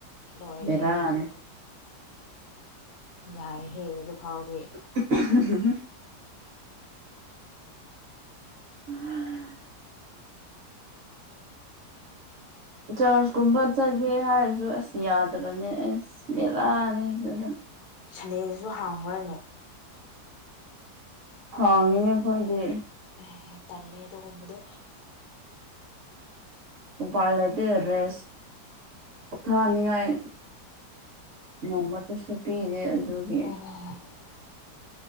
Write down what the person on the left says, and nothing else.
ꯂꯣꯏꯔꯦꯍꯦ
ꯌꯥꯏꯍꯦ ꯑꯗꯨꯐꯥꯎꯗꯤ
ꯁꯟꯗꯦꯗꯁꯨ ꯍꯥꯡꯕ꯭ꯔꯅꯦ
ꯑꯦ ꯇꯜꯂꯦ ꯑꯗꯨꯒꯨꯝꯕꯗꯨ
<inaudible>